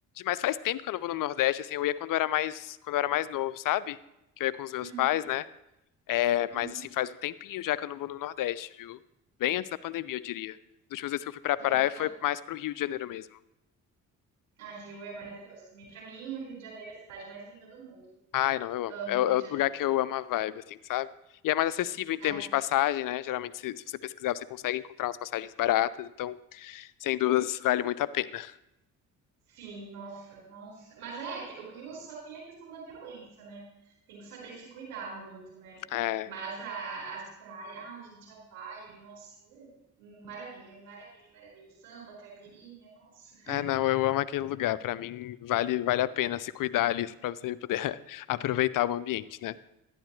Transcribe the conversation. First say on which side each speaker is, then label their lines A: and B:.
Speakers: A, on the left; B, on the right.
A: Mas faz tempo que eu não vou no Nordeste, assim, eu ia quando eu era mais, quando eu era mais novo, sabe? Que eu ia com os meus
B: Uhum,
A: pais, né? É, mas
B: uhum.
A: assim, faz um tempinho já que eu não vou no Nordeste, viu? Bem antes da pandemia, eu diria. As últimas vezes que eu fui pra praia
B: Olha
A: foi
B: só.
A: mais pro Rio de Janeiro mesmo.
B: Ah, Rio é maravilhoso também. Pra mim, o Rio de Janeiro é a cidade mais linda do mundo.
A: Ai, não, eu amo.
B: Amo
A: É, é
B: o Rio
A: outro
B: de Janeiro.
A: lugar que eu amo a vibe, assim, sabe? E é mais acessível em
B: É,
A: termos de passagem, né? Geralmente, se, se você pesquisar, você consegue encontrar umas passagens baratas, então, sem dúvidas, vale muito a pena.
B: sim, nossa, nossa. Mas é, que o Rio só tem a questão da violência, né? Tem que saber se cuidar muito, né?
A: É,
B: Mas a- as praias, ai, gente, a vibe, nossa, é, maravilha, maravilha, maravilha. Samba, caipirinha, nossa.
A: É, não, eu amo aquele lugar. Pra mim, vale, vale a pena se cuidar ali pra você poder <laughs> aproveitar o ambiente, né?